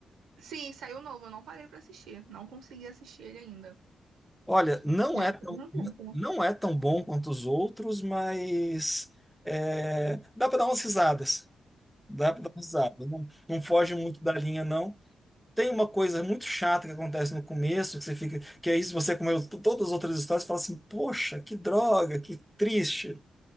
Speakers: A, on the right; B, in the centre.
A: sim, saiu novo, eu não parei pra assistir. Não consegui assistir ele ainda.
B: Olha, não
A: Já
B: é tão,
A: tem um tempo,
B: não
A: né?
B: é tão bom quanto os outros, mas é, dá para dar umas risadas. Dá para dar umas risadas. Não, não foge muito da linha, não. Tem uma coisa muito chata que acontece no começo, que você fica, que é isso, você comeu t- todas as outras histórias e fala assim, poxa, que droga, que triste.